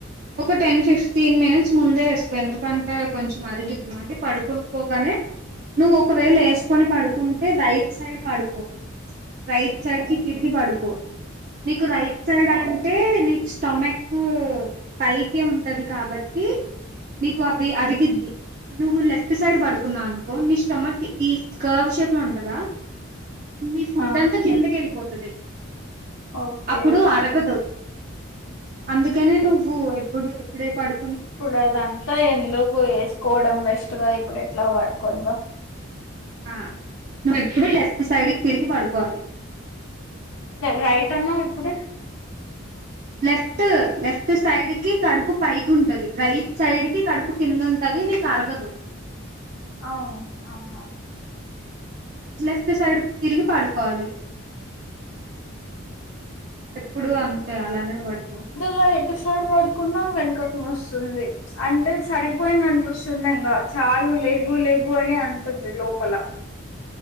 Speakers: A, on the right; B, on the left.
A: ఒక టెన్ ఫిఫ్టీన్ మినిట్స్ ముందే వేసుకో ఎందుకంటే కొంచెం అరిగిద్ధి అంటే పడుకుని పోగానే నువ్వు ఒకవేళ యేసుకొని పడుకుంటే రైట్ సైడ్ పడుకో రైట్ సైడ్ కి తిరిగి బడుకో మీకు రైట్ సైడ్ అంటే నెక్స్ట్ స్టమక్ పైకే ఉంటది కాబట్టి మీకు అది అరిగిది నువ్వు లెఫ్ట్ సైడ్ పడుకున్నా అనుకో నీ స్టమక్ ఈ కర్వ్ షేప్ లో ఉంటదా మీ ఫుడ్
B: ఆ
A: అంతా కిందకి వెళ్ళిపోతది
B: ఓకే
A: అప్పుడు అరగదు అందుకనే నువ్వు ఎప్పుడు ఎప్పుడే పడు
B: ఇప్పుడు అదంతా ఎందుకు వేసుకోవడం బెస్ట్ గా ఇప్పుడు ఎట్లా పడుకోందో
A: ఆ నువ్వెప్పుడు లెఫ్ట్ సైడ్ కి తిరిగి పడుకోవాలి
B: రైట్ అన్నావు ఇప్పుడే
A: లెఫ్ట్ లెఫ్ట్ సైడ్ కి కడుపు పైకి ఉంటది రైట్ సైడ్ కి కడుపు కింద ఉంటది నీకు అరగదు
B: అవును అవునవును
A: లెఫ్ట్ సైడ్కి తిరిగి పడుకోవాలి ఇప్పుడు అంతే అలానే పడుకోవాలి
B: లో ఎటుసైడ్ పడుకున్నా వెనకకు నోస్తుంది అంటే సరిపోయింద అనిపిస్తుంది ఇంకా చాలు లేగు లేగు అని అంటుంది లోపల